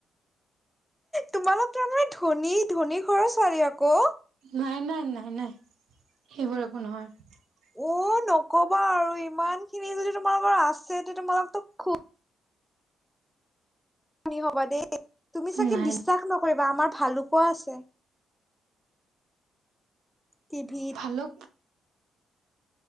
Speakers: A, in the centre; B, on the right.
A: তোমালোক তাৰমানে ধনী ধনী ঘৰৰ ছোৱালী আকৌ
B: নাই নাই নাই সেইবোৰ একো নহয়
A: উ নকবা আৰু ইমান খিনি যদি তোমালোকৰ আছে তে তোমালোকো খুব হবা দেই তুমি চাগে
B: নাই
A: বিশ্বাস নকৰিবা আমাৰ ভাল কোৱা আছে টি ভিত
B: ভালুক